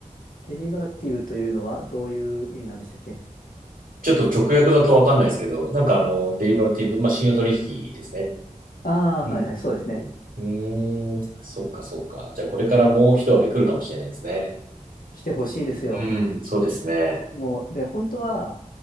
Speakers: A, on the left (about 85°); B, on the right (about 80°).
A: デリバティブというのはどういう意味なんでしたっけ
B: ちょっと直訳だとわかんないですけど、なんかあの、デリバティブ、まあ、信用取引ですね。
A: ああー、
B: うん。
A: はいはい、そうですね。
B: うん。うーん。そっか、そっか。じゃあ、これからもう一上げ来るかもしれないですね。
A: 来てほしいですよ。
B: うん。そうですね。
A: もう、で、本当は、